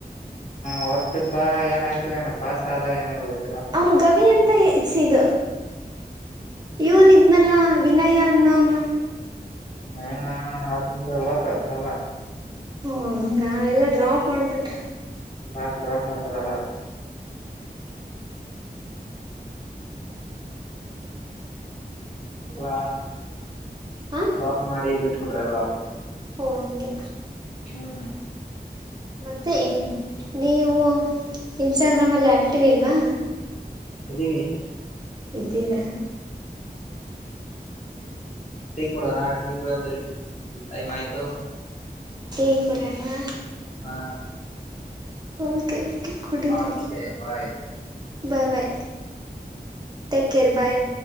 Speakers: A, on the left (about 45°); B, on the right (about 25°).
A: ಓದುತ್ತಿದ್ದ ಏನಾಯ್ತು ಏನ ಪಾಸ್ ಆದ ಏನ ಗೊತ್ತಿಲ್ಲ
B: ಅವನು ಗವಿಯಂತ ಇಸಿದ ಇವನೂ ಇದ್ನಲ್ಲ ವಿನಯ ಅಂದವನು
A: ಹಾ ಅ ಗತ್ತು ಅಲ್ಲ <inaudible>
B: ಹ ಹಂಗ ಎಲ್ಲಾ ಡ್ರಾಪ್ ಮಾಡ್ಬಿಟ್ರಾ
A: ಡ್ರಾಪ್ಡ್ರಾಪ್ ಮಾಡಿದ್ರು ಎಲ್ಲರೂ ಎಲ್ಲ
B: ಹಾಂ
A: ಡ್ರಾಪ್ ಮಾಡಿ ಬಿಟ್ಬಿಟ್ರು ಎಲ್ಲಾರು
B: ಓ ಹಂಗೆ
A: ಹ್ಮ್
B: ಮತ್ತೆ ಇ ನೀವು ಇನ್ಸ್ಟಾಗ್ರಾಮಲ್ಲಿ ಆ್ಯಕ್ಟಿವ್ ಇಲ್ವಾ
A: ಅದೀವಿ
B: ಇದ್ದೀರಾ
A: ಟೀ ಕುಡಿದ್ರಾ ಟೀ ಕುಡಿಯೋಣ ಬನ್ನಿ ಟೈಮ್ ಆಯ್ತು
B: ಟೀ ಕುಡಿಯೋಣ ನಾ
A: ಹಾ
B: ಓಕೆ ಕುಡೀರಿ
A: okay bye
B: bye bye take care ಬಾಯ್